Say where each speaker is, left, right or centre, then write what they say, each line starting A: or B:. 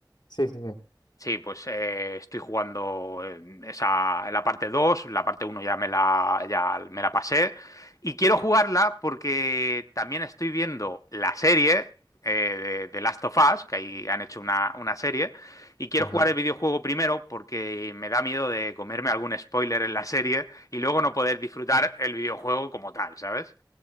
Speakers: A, on the left; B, on the left.
A: Sí, sí, sí.
B: Sí, pues eh, estoy jugando en esa, en la parte 2. la parte uno ya me la, ya me la pasé y quiero jugarla porque también estoy viendo la serie eh, de, de Last of Us, que ahí han hecho una, una serie, y quiero
A: Ajá,
B: jugar el videojuego primero porque me da miedo de comerme algún spoiler en la serie y luego no poder disfrutar el videojuego como tal, ¿sabes?